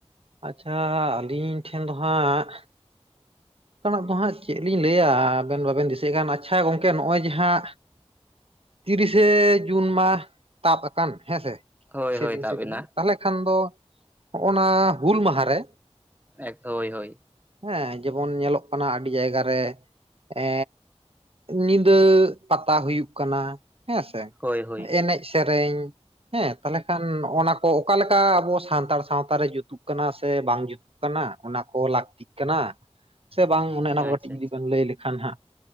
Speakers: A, on the right (about 60°); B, on the right (about 15°).
A: ᱟᱪᱪᱷᱟ ᱟᱹᱞᱤᱧ ᱴᱷᱮᱱ ᱫᱚ ᱦᱟᱸᱜ ᱚᱱᱠᱟᱱᱟᱜ ᱫᱚ ᱦᱟᱸᱜ ᱪᱮᱫ ᱞᱤᱧ ᱞᱟᱹᱭᱟ, ᱟᱵᱮᱱ ᱵᱟᱵᱮᱱ ᱫᱤᱥᱟᱹᱭᱮᱫ ᱠᱷᱟᱱ ᱟᱪᱪᱷᱟ ᱜᱚᱝᱠᱮ ᱱᱚᱜ-ᱚᱭ ᱡᱮ ᱦᱟᱸᱜ᱾ ᱛᱤᱨᱤᱥᱮ ᱡᱩᱱ ᱢᱟ ᱛᱟᱵᱽ ᱟᱠᱟᱱ ᱦᱮᱸᱥᱮ᱾
B: ᱦᱳᱭ
A: ᱥᱮᱫᱤᱱ
B: ᱦᱳᱭ ᱛᱟᱵ
A: ᱥᱮᱫᱤᱱ
B: ᱮᱱᱟ
A: ᱛᱟᱦᱚᱸᱞᱮ ᱠᱷᱟᱱ ᱫᱚ ᱦᱚᱜ-ᱱᱟ ᱦᱩᱞ ᱢᱟᱦᱟᱨᱮ
B: ᱮᱠ ᱛᱚ ᱦᱳᱭ ᱦᱳᱭ᱾
A: ᱦᱮᱸ ᱡᱮᱢᱚᱱ ᱧᱮᱞᱚᱜ ᱠᱟᱱᱟ ᱟᱹᱰᱤ ᱡᱟᱭᱜᱟ ᱨᱮ ᱮᱻ᱾ ᱧᱤᱫᱟᱹ ᱯᱟᱛᱟ ᱦᱩᱭᱩᱜ ᱠᱟᱱᱟ, ᱦᱮᱸᱥᱮ
B: ᱦᱳᱭ ᱦᱳᱭ
A: ᱮᱱᱮᱡ ᱥᱮᱨᱮᱸᱧ ᱦᱮᱸ ᱛᱟᱦᱚᱸᱞᱮ ᱠᱷᱟᱱ ᱱᱚᱜ-ᱚ ᱱᱟ ᱠᱚ ᱚᱠᱟᱞᱮᱠᱟ ᱟᱵᱚ ᱥᱟᱱᱛᱟᱲ ᱥᱟᱶᱛᱟ ᱨᱮ ᱡᱩᱛᱩᱜ ᱠᱟᱱᱟ ᱥᱮ ᱵᱟᱝ ᱡᱩᱛᱩᱜ ᱠᱟᱱᱟ ᱚᱱᱟ ᱠᱚ ᱞᱟᱹᱠᱛᱤᱜ ᱠᱟᱱᱟ᱾ ᱥᱮ ᱵᱟᱝ ᱚᱱᱮ ᱚᱱᱟ ᱠᱚ
B: ᱟᱪᱪᱷᱟ
A: ᱠᱟᱹᱴᱤᱡᱽ ᱡᱩᱫᱤ
B: ᱟᱪᱪᱷᱟ
A: ᱵᱮᱱ ᱞᱟᱹᱭ ᱞᱮᱠᱷᱟᱱ ᱦᱟᱸᱜ᱾